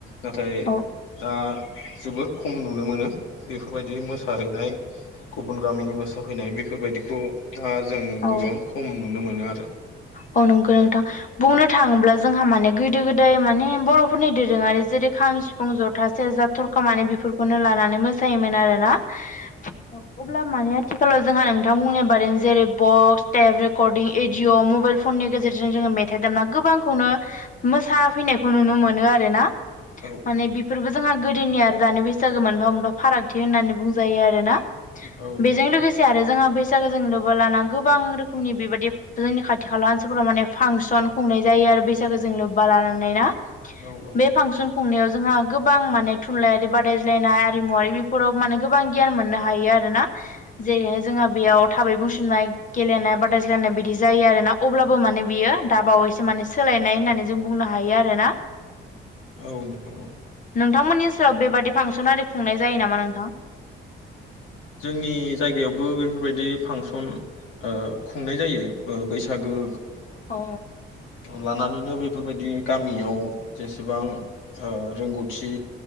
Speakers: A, on the left; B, on the left.
A: नाथाय
B: औ
A: दा जोबोर खम नुनो मोनो बेफोरबायदि मोसाहैनाय गुबुन गामिनि मोसाफैनाय बेफोरबायदिखौ दा जों
B: औ
A: गोबां खम नुयो नुनो मोनो आरो
B: औ नंगौ नोंथां बुंनो थाङोब्ला जोंहा माने गोदो गोदाय माने बर'फोरनि दोरोङारि जेरै खाम सिफुं जथा सेरजा थरखा माने बेफोरखौनो लानानै <inaudible> आथिखालाव जोंहा नोंथां बुंनाय बादि जेरै बक्स टेप रेकर्डिं जिवाव मबाइल फननि गेजेरजों जोङो मेथाइ दामना गोबांखौनो मोसाफैनायखौ नुनो मोनो आरोना।
A: औ
B: माने बेफोरबो जोंहा गोदोनि आरो दानि बेसे मोनफा मोनफा फारागथि होननानै बुंजायो आरोना
A: औ नोंथां
B: बेजों लोगोसे आरो जोंहा फैसाखौ जों लोबबा लाना गोबां रोखोमनि बेबायदि जोंनि खाथि खाला ओनसोलफोराव माने फांसन खुंनाय जायो आरो बैसागो जों लोब्बा लानानै ना
A: औ नोंथां
B: बे फांसन खुंनायाव जोंहा गोबां माने थुनलाइयारि बादायज्लायनाय आरिमुवारि बेफोराव माने गोबां गियान मोननो हायो आरोना जेरैहाय जोंहा बेयाव थाबै बुंसिननाय गेलेनाय बादायलायनाय बिदि जायो आरोना अब्लाबो माने बियो दाबावैसो माने सोलायनाय होननानै जों बुंनो हायो आरोना।
A: औ नोंथां औ
B: नोंथांमोननि सेराव बेबादि फांसन आरि खुंनाय जायो नामा नोंथां
A: जोंनि जायगायावबो बेफोरबायदि फांसन खुंनाय जायो बैसागो
B: अ
A: लानानैनो बेफोरबायदि गामियाव जेसेबां रोंगौथि